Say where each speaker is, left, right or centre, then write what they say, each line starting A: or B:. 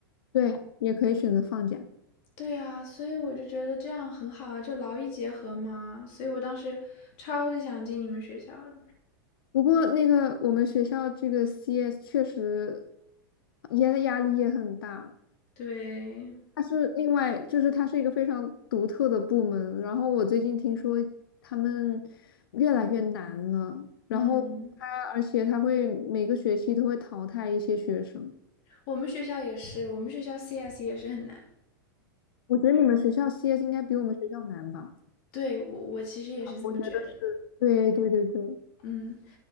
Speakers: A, on the left (about 85°); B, on the left (about 50°).
A: 对，也可以选择放假。
B: 对呀，所以我就觉得这样很好啊，就劳逸结合嘛。所以我当时超级想进你们学校的
A: 不过那个我们学校这个 CS 确实压压力也很大。
B: 对，
A: 它是另外，就是它是一个非常独特的部门。然后我最近听说他们越来越难了，
B: 嗯，
A: 然后它而且它会每个学期都会淘汰一些学生。
B: 我们学校也是，我们学校 CS 也是很难。
A: 我觉得你们学校 CS 应该比我们学校难吧？
B: 对，我我其实也是这么觉得的。
A: 我觉得是。对对对对，
B: 嗯，